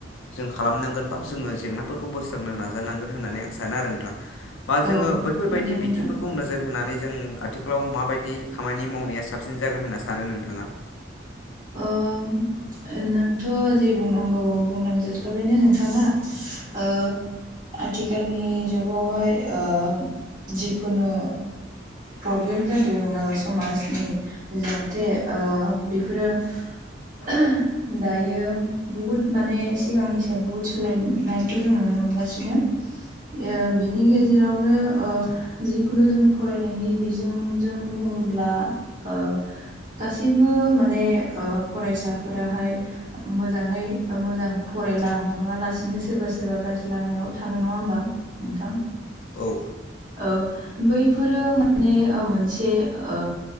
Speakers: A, on the left; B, on the right.
A: जों खालामनांगोन बा जोङो जेंनाफोरखौ बोस्रांनो नाजानांगोन होननानै आं सानो आरो नोंथां। बा
B: औ
A: जोङो बैफोरबायदि
B: नंगौ नोंथां
A: बिथिंफोरखौ नोजोर होनानै जों आथिखालाव मााबायदि खामानि मावनाया साबसिन जागोन होनना सानो नोंथाङा?
B: ओम नोंथ' जे बुंनांगौ बुंलांजोबखाबायनो नोंथाङा ओ आथिखालनि जुगावहाय ओ जिखुनु प्रब्लेम जादों ओ समाजनि जाहाथे ओ बेफोरो <unintelligible> दायो बुहुत माने सिगांनि साय बुहुत सोलायनायखो जों नुनो मोनगासिनो ओ बिनि गेजेरावनो ओ जिखुनु जों फरायनायनि बिजोंजों बुङो ब्ला ओ गासैबो माने ओ फरायसाफोराहाय मोजाङै मोजां फरायलाङालासिनो सोरबा सोरबा गा ज्रि लामायाव थाङो नङा होमबा नोंथां।
A: औ
B: ओ बैफोरो माने ओ मोनसे ओ